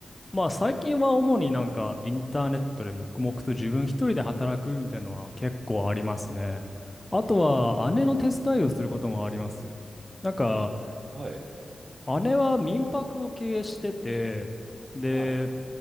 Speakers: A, on the left (about 20°); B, on the right (about 60°).
A: まあ最近は主になんかインターネットで黙々と自分一人で働くみたいなのは結構ありますね。あとは姉の手伝いをすることもあります。なんか
B: はい、
A: 姉は民泊を経営してて、で、
B: はい、